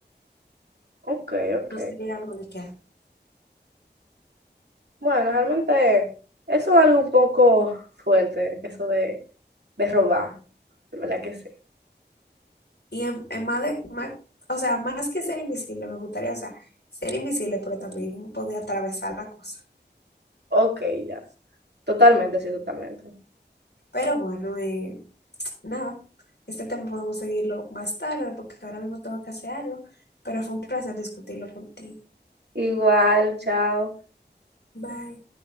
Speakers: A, on the right; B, on the left.
A: ok, ok.
B: no sería algo de que hacer.
A: Bueno, realmente eso es algo un poco fuerte, eso de, de robar, de verdad que sí.
B: Y en, en más de, más- o sea, más que ser invisible, me gustaría, o sea, ser invisible, pero también poder atravesar la cosa.
A: Ok, ya. Totalmente, sí, totalmente.
B: Pero bueno, eh, nada, este tema podemos seguirlo más tarde porque ahora mismo tengo que hacer algo, pero fue un placer discutirlo contigo.
A: Igual, chao.
B: Bye.